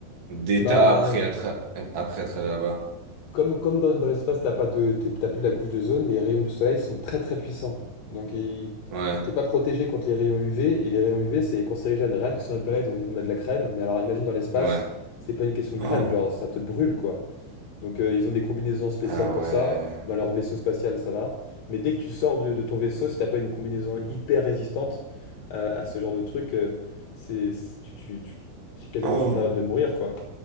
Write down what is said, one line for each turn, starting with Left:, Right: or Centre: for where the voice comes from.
Right: d'état
Left: Bah,
Right: après être après être allé là-bas.
Left: Comme, comme dans, dans l'espace, t'as pas de, t'es- t'as plus la couche de zone, les rayons du soleil sont très très puissants. Donc il-
Right: Ouais,
Left: il- t'es pas protégé contre les rayons UV, et les rayons UV c'est cancérigène. Rien que sur notre planète, on dit de mettre de la crème, mais alors imagine dans l'espace,
Right: ouais.
Left: c'est pas une question de
Right: Oh.
Left: crème, genre ça te brûle quoi. Donc euh, ils ont des combinaisons spéciales
Right: Ah
Left: pour
Right: ouais.
Left: ça, dans leur vaisseau spatial ça va. Mais dès que tu sors de, de ton vaisseau, si t'as pas une combinaison hyper résistante à, à ce genre de truc, euh, c'est, c'est- tu, tu, tu- tu es quasiment
Right: Oh.
Left: sûr d'a- de mourir quoi.